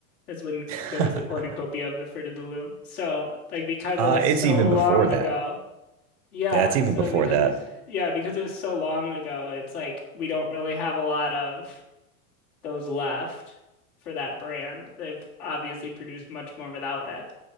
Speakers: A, on the left; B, on the right.
A: Is when
B: <laughs>
A: there was the cornucopia of the Fruit of the Loom. So, like, because
B: uh,
A: it was
B: it's
A: so
B: even
A: long
B: before that.
A: ago, yeah,
B: That's even
A: so
B: before
A: because
B: that.
A: it's yeah, because it was so long ago, it's like we don't really have a lot of those left for that brand. They've obviously produced much more without it.